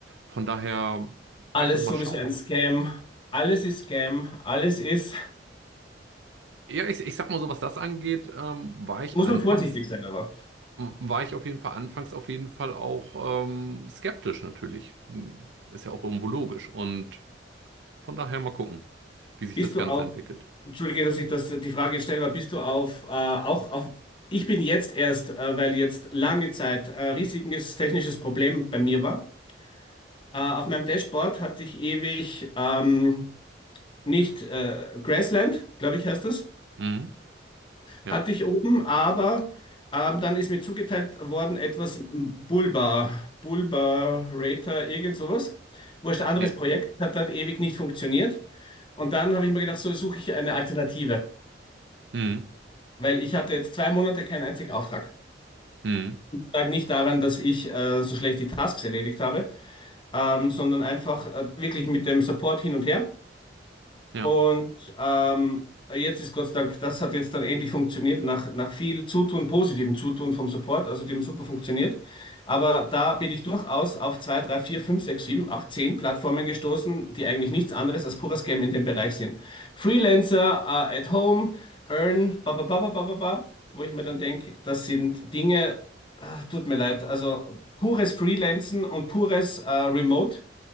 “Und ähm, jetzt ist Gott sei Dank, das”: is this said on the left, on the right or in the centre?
Left